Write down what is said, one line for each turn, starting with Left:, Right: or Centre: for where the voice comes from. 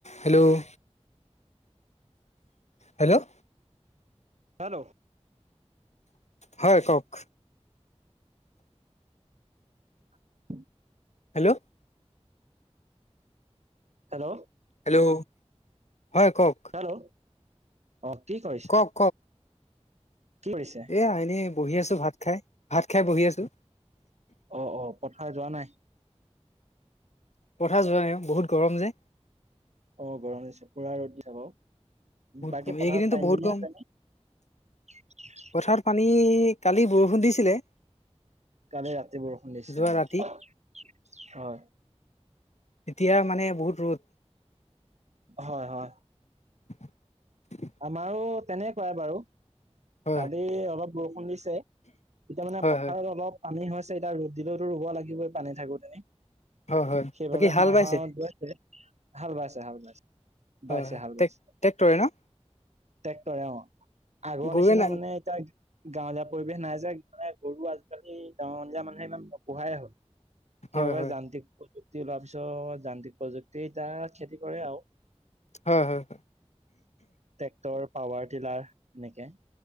Left: Hello hello.
Right: Hello.
Left: হয় কওঁক।
Right: <unintelligible>
Left: Hello.
Right: Hello.
Left: Hello হয় কওক।
Right: হেল্ল' অ', কি কৰিছা?
Left: কওক
Right: কি কৰিছে।
Left: এইয়া এনেই বহি আছোঁ, ভাত খাই ভাত খাই বহি আছোঁ।
Right: অ', অ', পথাৰ যোৱা নাই।
Left: পথাৰ যোৱা নাই বহুত গৰম যে।
Right: অ', গৰম দিছে পুৰা ৰ'দ দিছা বাৰ।
Left: বহুত
Right: বাকী
Left: গৰম
Right: পথাৰত
Left: এইকেইদিনতো
Right: পাইন
Left: বহুত
Right: দুনীয়া
Left: গৰম
Right: আছে ন'।
Left: পথাৰত পানী, কালি বৰষুণ দিছিলে।
Right: কালি ৰাতি বৰষুণ দিছে
Left: যোৱা
Right: অ'
Left: ৰাতি
Right: হয়।
Left: এতিয়া মানে বহুত ৰ'দ।
Right: হয় হয়।
Left: <inaudible>
Right: আমাৰো তেনেকুৱাই বাৰু।
Left: হয়
Right: কালি অলপ বৰষুণ দিছে, তেতিয়া মানে
Left: হয়
Right: পথাৰত
Left: হয়
Right: অলপ পানী হৈছে, এতিয়া ৰ'দ দিলেওতো ৰুব লাগিবই, পানী থাকোতেই।
Left: হয় হয়
Right: সেইবাবে
Left: বাকী হাল
Right: মাহঁত
Left: বাইছে
Right: গৈছে। হাল বাইছে, হাল বাইছে। বাইছে
Left: হয় হয়,
Right: হাল বাইছে
Left: টেক-টেকটৰে ন'?
Right: ট্ৰেক্টৰে অ'। আগৰ
Left: গৰুৱে
Right: নিচিনা
Left: নাই
Right: মানে এতিয়া গাঁৱলীয়া পৰিৱেশ নাই যে মানে গৰু আজিকালি গাঁৱলীয়া মানুহে ইমান নুপুহাই হ'ল। সেইবাবে
Left: হয় হয়
Right: যান্ত্ৰিক প্ৰযুক্তি ওলোৱাৰ পিছত যান্ত্ৰিক প্ৰযুক্তিতিয়া খেতি কৰে আৰু।
Left: হয় হয়।
Right: ট্ৰেক্টৰ, পাৱাৰটিলাৰ এনেকে।